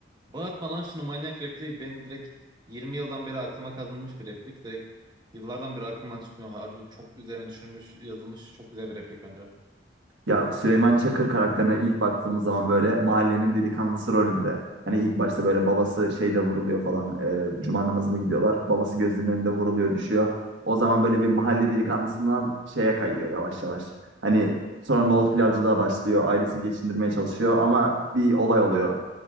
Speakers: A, on the right (about 25°); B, on the right (about 80°).
A: Bağırtma lan şunu manyak repliği benim direkt 20 yıldan beri aklıma kazınmış bir replik. Direkt yıllardan beri aklımdan çıkmıyor. Harbi çok üzerine düşünülmüş yazılmış çok güzel bir replik bence.
B: Ya Süleyman Çakır karakterine ilk baktığımız zaman böyle mahallenin delikanlısı rolünde. Hani ilk başta böyle babası şeyde vuruluyor falan. e, cuma namazına gidiyorlar. Babası gözünün önünde vuruluyor düşüyor. O zaman böyle bir mahalle delikanlısından şeye kayıyor yavaş yavaş. Hani sonra nohut pilavcılığa başlıyor. Ailesini geçindirmeye çalışıyor ama bir olay oluyor